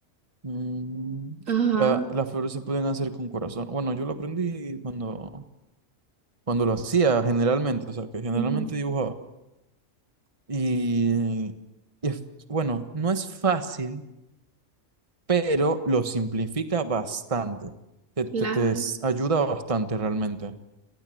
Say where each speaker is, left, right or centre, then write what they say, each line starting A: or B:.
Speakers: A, on the right; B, on the right.
A: Mm,
B: Ajá,
A: la- las flores se pueden hacer con corazón. Bueno, yo lo aprendí cuando, cuando lo hacía generalmente, o sea, que generalmente
B: ujú,
A: dibujaba. Y, y es, bueno, no es fácil, pero lo simplifica bastante. Te, te,
B: claro.
A: te s- ayuda bastante realmente.